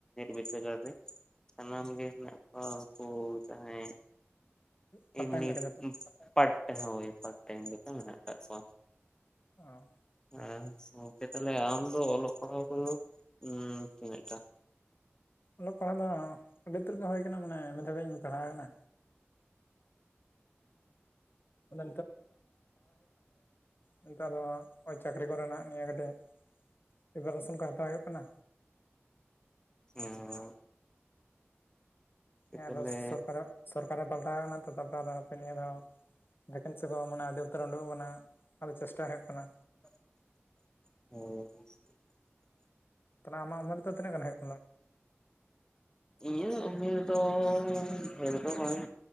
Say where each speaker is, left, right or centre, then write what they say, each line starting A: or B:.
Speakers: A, on the left (about 15°); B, on the left (about 55°).
A: ᱵᱤᱴ ᱥᱟᱹᱜᱟᱲ ᱨᱮ ᱥᱟᱱᱟᱢ ᱜᱮ ᱦᱮᱱᱟᱜ ᱠᱚᱣᱟ ᱩᱱᱠᱩ ᱡᱟᱦᱟᱸᱭ
B: ᱯᱟᱨᱴ
A: ᱮᱢᱱᱤ
B: ᱴᱟᱭᱤᱢ ᱞᱮᱠᱟ ᱡᱚᱛᱚ
A: ᱯᱟᱴ ᱦᱳᱭ ᱯᱟᱴ ᱴᱟᱭᱤᱢ ᱞᱮᱠᱟ ᱢᱮᱱᱟᱜ ᱟᱠᱟᱫ ᱠᱚᱣᱟ
B: ᱚ
A: ᱦᱮᱸ ᱜᱚᱢᱠᱮ ᱛᱟᱦᱚᱞᱮ ᱟᱢ ᱫᱚ ᱚᱞᱚᱜ ᱯᱟᱲᱦᱟᱣ ᱠᱚᱫᱚ ᱩᱸ ᱛᱤᱱᱟᱹᱜ ᱴᱟ
B: ᱚᱞᱚᱜ ᱯᱟᱲᱦᱟᱜ ᱫᱚ ᱟᱹᱰᱤ ᱩᱛᱟᱹᱨ ᱜᱮ ᱦᱩᱭ ᱠᱟᱱᱟ ᱢᱟᱱᱮ ᱮᱢ ᱮ ᱫᱷᱟᱹᱵᱤᱡ ᱤᱧ ᱯᱟᱲᱦᱟᱣ ᱱᱟ ᱟᱫᱚ ᱱᱮᱛᱟᱨ ᱫᱚ ᱱᱚᱜᱼᱭ ᱪᱟᱹᱠᱨᱤ ᱠᱚᱨᱮᱱᱟᱜ ᱜᱮ ᱠᱟᱹᱴᱤᱡ ᱯᱤᱯᱟᱨᱮᱥᱚᱱ ᱠᱚ ᱦᱟᱛᱟᱣ ᱦᱩᱭᱩᱜ ᱠᱟᱱᱟ
A: ᱦᱮᱸ
B: ᱦᱮᱸ
A: ᱛᱟᱦᱚᱞᱮ
B: ᱟᱫᱚ ᱥᱚᱨᱠᱟᱨ ᱥᱚᱨᱠᱟᱨᱮ ᱯᱟᱞᱴᱟᱣ ᱠᱟᱱᱟ ᱛᱚ ᱛᱟᱨᱯᱚᱨᱮ ᱟ ᱦᱟᱯᱮ ᱱᱤᱭᱟᱹ ᱫᱷᱟᱣ ᱵᱷᱮᱠᱮᱱᱥᱤ ᱠᱚ ᱢᱟᱱᱮ ᱟᱹᱰᱤ ᱩᱛᱟᱹᱨ ᱩᱰᱩᱠᱚᱜ ᱠᱟᱱᱟ ᱟᱫᱚ ᱪᱮᱥᱴᱟᱭ ᱦᱩᱭᱩᱜ ᱠᱟᱱᱟ
A: ᱦᱸ <unintelligible>
B: ᱛᱟᱦᱞᱮ ᱟᱢᱟᱜ ᱩᱢᱮᱨ ᱫᱚ ᱛᱱᱟᱹᱜ ᱜᱟᱱ ᱦᱩᱭᱩᱜᱼᱟ
A: ᱤᱧᱟᱹᱜ ᱩᱢᱮᱨ ᱫᱚ ᱫᱚ ᱵᱟᱝ